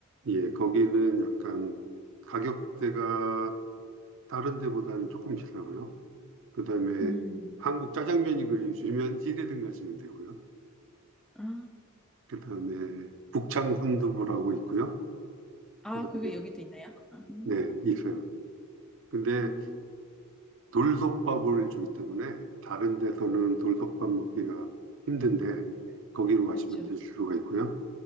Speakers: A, on the right; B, in the centre.
A: 예, 거기는 약간 가격대가 다른 데보다는 조금 비싸고요. 그 다음에
B: 음,
A: 한국 짜장면이 그리우시면 시대등 가시면 되고요.
B: 아,
A: 그 다음에 북창 순두부라고 있고요.
B: 아,
A: 그 다음에,
B: 그게 여기도 있나요? 아, 음,
A: 네, 있어요. 근데
B: 음,
A: 돌솥밥을 주기 때문에 다른 데서는 돌솥밥 먹기가 힘든데 거기로 가시면
B: 그렇죠.
A: 드실 수가 있고요.